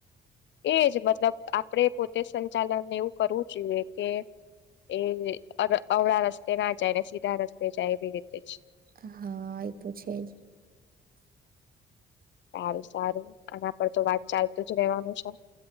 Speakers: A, on the left (about 65°); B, on the right (about 45°).
A: એજ મતલબ આપડે પોતે સંચાલન એવું કરવું જોઈએ, કે એ અવળા રસ્તે ના જાય ને સીધા રસ્તે જાય. એવી રીતે જ
B: હા એ તો છે જ
A: સારું સારું આના પર તો વાત ચાલતું જ રેવાનું છે. હ